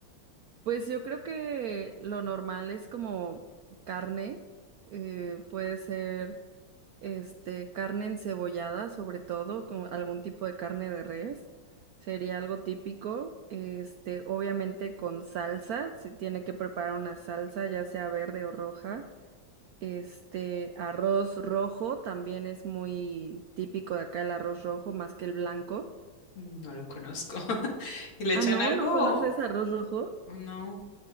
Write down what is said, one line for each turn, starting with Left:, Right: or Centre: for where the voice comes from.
Right: pues yo creo que lo normal es como carne, eh, puede ser. Este, carne encebollada, sobre todo, con algún tipo de carne de res, sería algo típico. Este, obviamente con salsa, se tiene que preparar una salsa, ya sea verde o roja. Este, arroz rojo también es muy típico de acá el arroz rojo más que el blanco.
Left: Mm, No lo conozco. <laughs> ¿Y le
Right: Ah,
Left: echan
Right: no,
Left: algo
Right: ¿no conoces
Left: o
Right: arroz rojo?
Left: o no? O